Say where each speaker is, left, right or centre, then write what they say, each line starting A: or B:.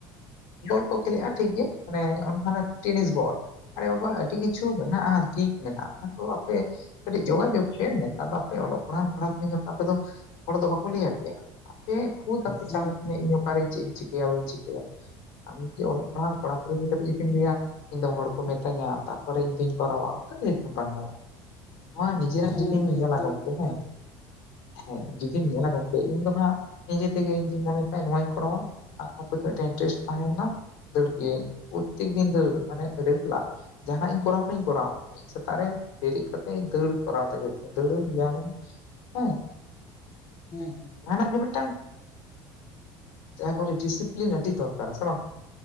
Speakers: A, on the left (about 80°); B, on the left (about 40°).
A: ᱵᱚᱞ ᱠᱚ ᱠᱷᱮᱞ ᱞᱮᱜ-ᱟ ᱴᱷᱤᱠᱜᱮ ᱢᱟᱱᱮ ᱚᱱᱟ ᱴᱮᱱᱤᱥ ᱵᱚᱞ ᱟᱨᱮᱵᱟᱵᱟ ᱟᱹᱰᱤ ᱴᱷᱤᱠ ᱢᱮᱱᱟᱜᱼᱟ ᱚᱱᱟ ᱠᱚ ᱟᱯᱮ ᱠᱟᱹᱴᱤᱡ ᱡᱳᱜᱟ ᱡᱳᱜᱽ ᱯᱮ ᱱᱮᱛᱟᱨ ᱫᱚ ᱟᱯᱮ ᱚᱞᱚᱜ ᱯᱟᱲᱦᱟᱜ ᱠᱚᱲᱟᱼ ᱠᱩᱲᱤ ᱟᱯᱮ ᱫᱚ ᱦᱚᱲ ᱫᱚ ᱵᱟᱠᱚ ᱞᱟᱹᱭ ᱟᱯᱮᱭᱟ ᱟᱯᱮ ᱠᱷᱩᱫ ᱟᱯᱮ
B: ᱦᱮᱸ
A: ᱪᱟᱜ
B: ᱜᱚᱝᱠᱮ
A: ᱠᱟᱱᱟ ᱤᱧ ᱚᱠᱟᱨᱮ ᱪᱮᱫ ᱤᱧ ᱪᱤᱠᱟᱹᱭᱟ ᱵᱟᱹᱧ ᱪᱤᱠᱟᱹᱭᱟ ᱟᱢ ᱫᱚ ᱪᱮᱫ ᱚᱞᱚᱜ ᱯᱟᱲᱦᱟᱜ ᱠᱚᱲᱟ ᱠᱩᱲᱤ ᱦᱩᱭ ᱠᱟᱛᱮ ᱡᱩᱫᱤᱢ ᱞᱟᱹᱭᱟ ᱤᱧ ᱫᱚ ᱦᱚᱲ ᱠᱚ ᱢᱤᱛᱹᱧᱟ ᱛᱚᱨ ᱤᱧ ᱛᱤᱧ ᱠᱚᱨᱟᱣᱟ ᱚᱱᱠᱟ ᱞᱟᱹᱭ ᱞᱮᱠᱷᱟᱱ ᱵᱟᱝ ᱜᱟᱱᱚᱜᱼᱟ ᱱᱚᱣᱟ ᱱᱤᱡᱮᱨᱟᱜ
B: ᱦᱮᱸ
A: ᱡᱩᱫᱤᱢ
B: ᱜᱚᱝᱠᱮ
A: ᱧᱮᱞᱟ
B: ᱮᱠᱫᱚᱢ
A: ᱜᱚᱝᱠᱮ
B: ᱟᱹᱰᱤ ᱡᱚᱛᱷᱟᱛ
A: ᱦᱮᱸ ᱦᱮᱸ ᱡᱩᱫᱤᱢ ᱧᱮᱞᱟ
B: ᱦᱮᱸ
A: ᱜᱚᱝᱠᱮ ᱤᱧ ᱫᱚ ᱦᱟᱸᱜ ᱱᱤᱡᱮ ᱛᱮᱜᱮ ᱤᱧᱫᱩᱧ ᱢᱚᱱᱮ ᱠᱟᱜ-ᱟ ᱱᱚᱣᱟᱧ ᱠᱚᱨᱟᱣᱟ ᱟᱨ ᱟᱯᱟᱛᱚᱛᱚ ᱤᱱᱴᱨᱮᱥᱴ ᱛᱟᱦᱮᱱᱟ ᱫᱟᱹᱲ ᱠᱟᱹᱧ ᱯᱨᱚᱛᱛᱮᱠ ᱫᱤᱱ ᱫᱟᱹᱲ ᱢᱟᱱᱮ ᱟᱹᱰᱤ ᱵᱮᱞᱟ ᱡᱟᱦᱟᱸ ᱤᱧ ᱠᱚᱨᱟᱣ ᱵᱟᱹᱧ ᱠᱚᱨᱟᱣᱟ ᱥᱮᱛᱟᱜ ᱨᱮ ᱵᱮᱨᱮᱫ ᱠᱟᱛᱮᱜ ᱫᱟᱹᱲ ᱤᱧ ᱠᱚᱨᱟᱣ ᱛᱮ ᱜᱮ ᱦᱩᱭᱩᱜ ᱛᱤᱧᱟ ᱫᱟᱹᱲᱟᱹᱧ ᱵᱮᱭᱟᱢᱟᱹᱧ ᱦᱮᱸ
B: ᱦᱮᱸ
A: ᱡᱟᱦᱟ ᱱᱟᱜ ᱜᱮ ᱢᱤᱫᱴᱟᱝ ᱡᱟᱦᱟᱸ ᱠᱚ ᱞᱟᱹᱭ-ᱟ ᱰᱤᱥᱤᱯᱞᱤᱱ ᱟᱹᱰᱤ ᱫᱚᱨᱠᱟ ᱥᱮ ᱵᱟᱝ